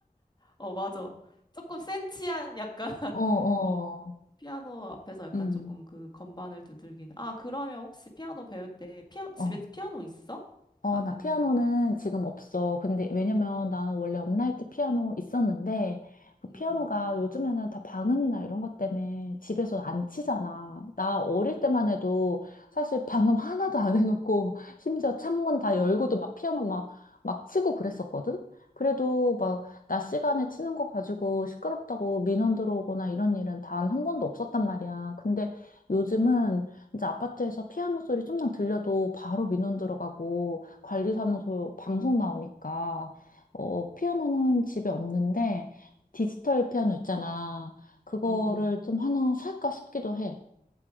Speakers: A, on the left; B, on the left.
A: 어 맞아 조금 센치한 약간 <laughs>
B: 어, 어.
A: 어 피아노 앞에서 약간
B: 음,
A: 조금 그 건반을 두들기는 아 그러면 혹시 피아노 배울 때 피아 집에
B: 어.
A: 피아노 있어?
B: 어,
A: 아
B: 나
A: 아니면
B: 피아노는 지금 없어.
A: 어
B: 근데 왜냐면 나는 원래 업라이트 피아노 있었는데 그 피아노가
A: 응응
B: 요즘에는 다 방음이나 이런 것 때문에 집에서 안 치잖아. 나 어릴 때만 해도 사실 방음 하나도 안 해놓고 <laughs> 심지어 창문 다 열고도 막 피아노 막, 막 치고 그랬었거든? 그래도 막 낮 시간에 치는 거 가지고 시끄럽다고 민원 들어오거나 이런 일은 단 한 번도 없었단 말이야. 근데 요즘은 이제 아파트에서 피아노 소리 좀만 들려도 바로 민원 들어가고 관리사무소 방송 나오니까 어 피아노는 집에 없는데 디지털 피아노 있잖아. 그거를
A: 응응 <laughs>
B: 좀 하나 살까 싶기도 해.